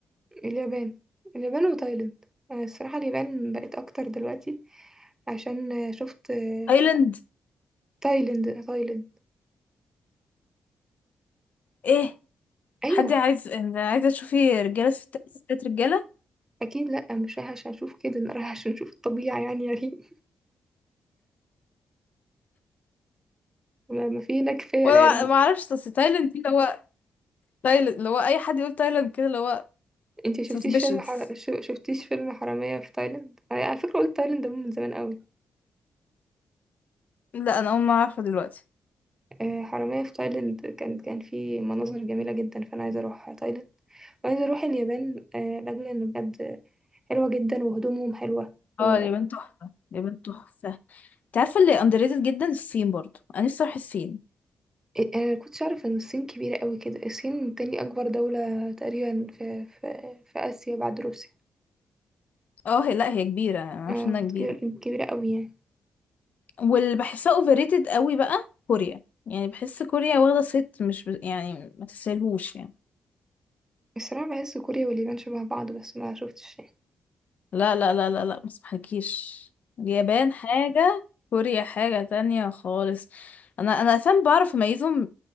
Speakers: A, on the right; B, on the left.
A: اليابان اليابان وتايلاند أنا الصراحة اليابان بقت أكتر دلوقتي عشان آه، شفت آه،
B: ايلاند
A: تايلاند تايلاند
B: ايه؟
A: أيوه
B: حد عايز أنا عايزة تشوفي رجالة ستات ستات رجالة؟
A: أكيد لأ مش رايحة عشان أشوف كده أنا رايحة عشان أشوف الطبيعة يعني يا ريم ما ما في هناك كفاية
B: وانا
A: لا يا ريم
B: ما اعرفش اصل تايلاند دي اللي هو تايلاند اللي هو اي حد يقول تايلاند كده اللي هو
A: انتي شفتيش
B: suspicious
A: فيلم حر... شو- شفتيش فيلم حرامية في تايلاند آه، على فكرة قلت تايلاند ده من زمان قوي
B: لا انا اول ما اعرفها دلوقتي
A: آه، حرامية في تايلاند كان كان فيه مناظر جميلة جدا فانا عايزة اروح تايلاند وعايزة اروح اليابان آه، لاجل ان بجد حلوة جدا وهدومهم حلوة و...
B: اه اليابان تحفة اليابان تحفة انت عارفة اللي underrated جدا الصين برضو انا نفسي اروح الصين
A: إيه، انا كنتش اعرف ان الصين كبيرة قوي كده الصين تاني اكبر دولة تقريبا في في, في اسيا بعد روسيا
B: اه هي لا هي كبيرة انا
A: اه
B: عارفة انها كبيرة
A: كبيرة كبيرة قوي يعني
B: واللي بحسها overrated قوي بقى كوريا يعني بحس كوريا واخدة صيت مش ب... يعني ما تستاهلهوش يعني.
A: الصراحة بحس كوريا واليابان شبه بعض بس ما شفتش يعني
B: لا لا لا لا لا ما اسمحكيش اليابان حاجة كوريا حاجة تانية خالص انا انا فاهم بعرف اميزهم